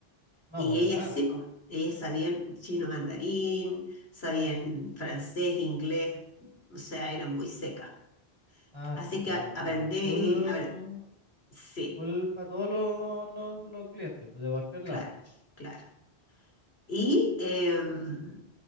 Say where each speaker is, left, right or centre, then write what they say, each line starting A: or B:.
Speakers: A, on the left; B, on the left.
A: no,
B: Y
A: pues
B: ellas
A: es raro.
B: sí, po, ellas sabían chino mandarín, sabían francés, inglés, o sea, eran muy secas.
A: Ah,
B: Así
A: chuta,
B: que a-
A: ya está.
B: aprendí,
A: Full,
B: a ver, sí,
A: full para todos los, los, los clientes, pues de cualquier
B: claro,
A: lado.
B: claro. Y em,